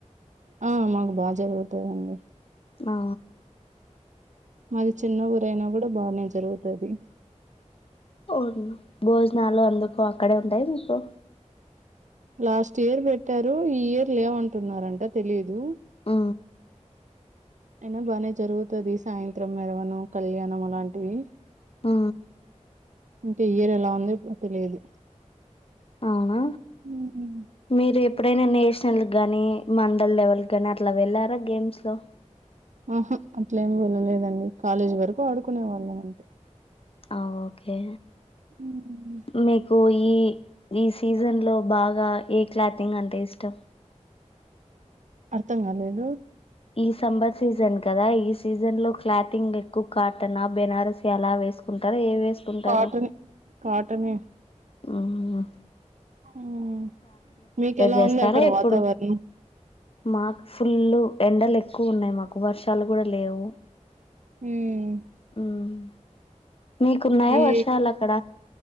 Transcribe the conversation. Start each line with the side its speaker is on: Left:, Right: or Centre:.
Right: ఆ మాకు బాగా జరుగుతందండి
Left: ఆ
Right: మాది చిన్న ఊరైనా కూడా బాగా జరుగుతుది
Left: అవును భోజనాలు అందు అక్కడే ఉంటాయా మీకు
Right: లాస్ట్ ఇయర్ పెట్టారు ఈ ఇయర్ లేవంటున్నారంట తెలిదు
Left: ఆ
Right: అయినా బానే జరుగుతది సాయంత్రం మెరవను కళ్యాణం అలాంటివి
Left: ఆ
Right: ఇంకా ఈ ఇయర్ ఎలా ఉంది తెలియదు
Left: అవునా
Right: ఉహు
Left: మీర ఎప్పుడైనా నేషనల్ గానీ మండల్ లెవెల్ గాని అట్లా వెళ్ళారా గేమ్స్ లో
Right: ఆహా అట్లే ఏం తెల్వలేదండి కాలేజ్ వరకు ఆడుకునే వాళ్ళమన్
Left: ఆ ఒకే
Right: ఉమ్
Left: మీకు ఈ ఈ సీజన్ లో బాగా ఏ క్లాతింగ్ అంటే ఇష్టం
Right: అర్థం కాలేదు
Left: ఈ సమ్మర్ సీజన్ కదా ఈ సీజన్ లో క్లాతింగ్ ఎక్కువ కాటన బెనారస్ ఎలా వేసుకుంటారు ఏవి వేసుకుంటారు
Right: కాటన్ కాటనే
Left: మ్మహ్హ్
Right: మ్ మీకు ఎలా
Left: చేస్తారా
Right: ఉంది అక్కడ
Left: ఎప్పుడు
Right: వాతావరణం
Left: మాకు ఫుల్లు ఎండలు ఎక్కువ ఉన్నాయి మాకు వర్షాలు కూడా లేవు
Right: మ్మ్
Left: మ్మహ్హ్ మీకున్నాయా
Right: ఈ
Left: వర్షాలు అక్కడ